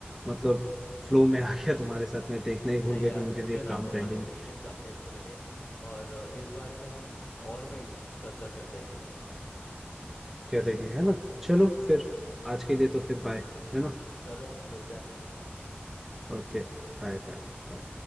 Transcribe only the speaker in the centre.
मतलब फ्लो में आ गया तुम्हारे साथ मैं देखना ही भूल
गया
कि मुझे
भी एक
काम
पेंडिंग
कर देंगे है ना चलो फिर आज के लिए तो फिर बाय है ना
Okay bye bye बाय।